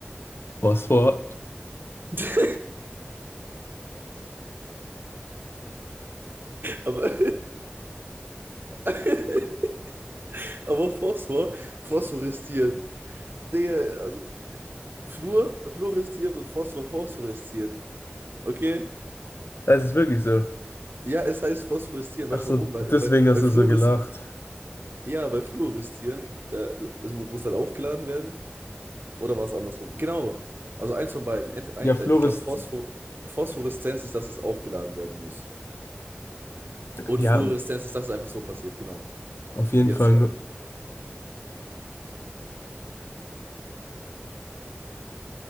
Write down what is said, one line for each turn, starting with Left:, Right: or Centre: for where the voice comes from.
Left: Phosphor.
Right: <laughs> Aber, <laughs> aber Phosphor, phosphorisiert. Digga, also Fluor, fluoresziert und Phosphor, phosphoresziert. Okay?
Left: Es ist wirklich so.
Right: Ja, es heißt phosphoreszieren.
Left: Ach
Right: Weißt
Left: so,
Right: du warum? Weil,
Left: deswegen
Right: weil,
Left: hast
Right: weil
Left: du
Right: Fluores,
Left: so gelacht.
Right: ja, bei Fluoreszieren, da, das, es mu- muss dann aufgeladen werden. Oder war es andersrum? Genau. Also eins von beiden. Ent, ein,
Left: Ja, Fluoresz,
Right: äh, ich glaube, Phosphor, Phosphoreszenz ist, dass es aufgeladen werden muss. Und
Left: ja,
Right: Fluoreszenz ist, dass es einfach so passiert. Genau.
Left: auf jeden
Right: Jetzt
Left: Fall.
Right: zwei.
Left: nu-